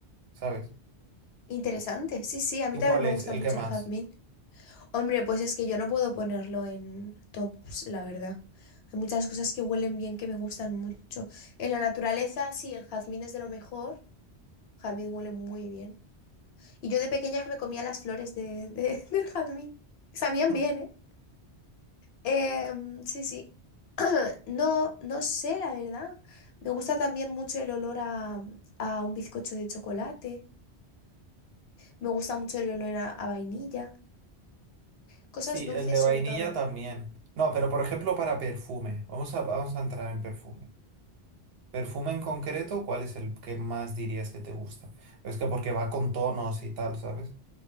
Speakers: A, on the right; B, on the left.
A: ¿sabes?
B: Interesante. Sí, sí, a mí
A: ¿Tú
B: también
A: cuál
B: me
A: es
B: gusta
A: el
B: mucho
A: que más?
B: el jazmín. Hombre, pues es que yo no puedo ponerlo en tops, la verdad. Hay muchas cosas que huelen bien que me gustan mucho. En la naturaleza, sí, el jazmín es de lo mejor. Jazmín huele muy bien. Y yo de pequeña me comía las flores de, de- <laughs> del jazmín. Sabían
A: Mm.
B: bien, ¿eh? Em, sí, sí. <clears throat> No, no sé, la verdad. Me gusta también mucho el olor a, a un bizcocho de chocolate. Me gusta mucho el olor a a vainilla. Cosas
A: Sí,
B: dulces
A: el de vainilla
B: sobre todo.
A: también. No, pero por ejemplo para perfume. Vamos a, vamos a entrar en perfume. Perfume en concreto, ¿cuál es el que más dirías que te gusta? Es que porque va con tonos y tal, ¿sabes?